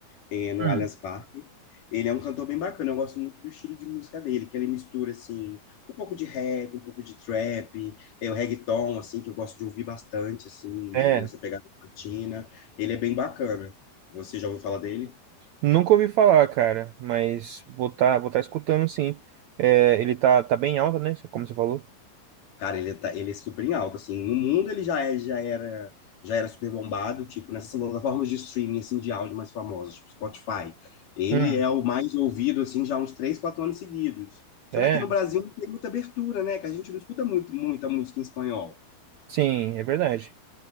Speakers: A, on the left; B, on the right.
A: eh, no
B: hum,
A: Allianz Parque. Ele é um cantor bem bacana, eu gosto muito do estilo de música dele, que ele mistura, assim, um pouco de rap, um pouco de trap, é, o reggaeton, assim, que eu gosto de ouvir bastante, assim,
B: é.
A: nessa pegada latina. Ele é bem bacana. Você já ouviu falar dele?
B: Nunca ouvi falar, cara, mas vou estar tá, vou tá escutando sim. É, ele tá, tá bem alto, né? Como você falou.
A: Cara, ele, tá, ele é super em alta, assim. No mundo ele já é, já era, já era super bombado, tipo, nessas plataformas de streaming, assim, de áudio mais famosas, tipo Spotify. Ele
B: Hum,
A: é o mais ouvido, assim, já há uns três, quatro anos seguidos. Só
B: é,
A: que aqui no Brasil não tem muita abertura, né? Que a gente não escuta muito, muita música em espanhol.
B: sim, é verdade.